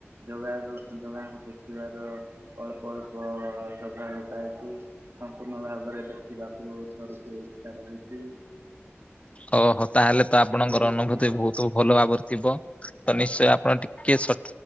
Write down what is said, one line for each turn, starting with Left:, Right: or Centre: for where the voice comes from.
Right: ଜଗା କ ଜଗାଙ୍କୁ ଦେଖିବାର ଅଳ୍ପ ଅଳ୍ପ ସୌଭାଗ୍ୟ ପାଇଛି। ସମ୍ପୂର୍ଣ୍ଣ ଭାବରେ ଦେଖିବାକୁ ଥରୁଟେ ଇଚ୍ଛା ରହିଛି।
Left: ଓହୋ ତାହେଲେ ତ ଆପଣଙ୍କର
Right: ବହୁତ
Left: ଅନୁଭୂତି
Right: ଘ
Left: ବହୁତ ଭଲ ଭାବରେ ଥିବ। ତ ନିଶ୍ଚୟ ଆପଣ ଟିକେ ସ